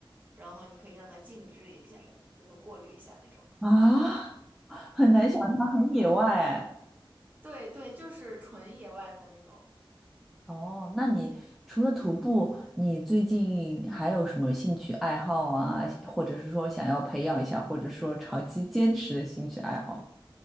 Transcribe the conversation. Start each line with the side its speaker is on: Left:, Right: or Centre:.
Right: 然后你可以让它静置一下，怎么过滤一下那种的。
Centre: <laughs> 啊，很难想象，很野外哎。
Right: 对对，就是纯野外的那种。
Centre: 哦，那你除了徒步，你最近还有什么兴趣爱好啊？或者是说想要培养一下，或者说长期坚持的兴趣爱好？